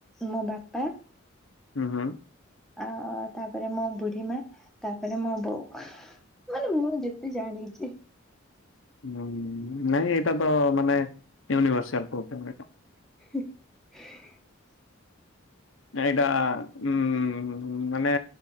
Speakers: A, in the centre; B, on the left.
A: ମୋ ବାପା
B: ହୁଁ ହୁଁ।
A: ଆଉ ତାପରେ ମୋ ବୁଢୀ ମା ତାପରେ ମୋ ବୋଉ। ମାନେ ମୁଁ ଯେତେ ଜାଣିଛି।
B: ହୁଁ ନାଇଁ ଏଇଟା ତ ମାନେ ୟୁନିଭର୍ସିଆଲ୍ ବେଧେ ଏଇଟା
A: <unintelligible>
B: ଏଇଟା ଉଁ ମାନେ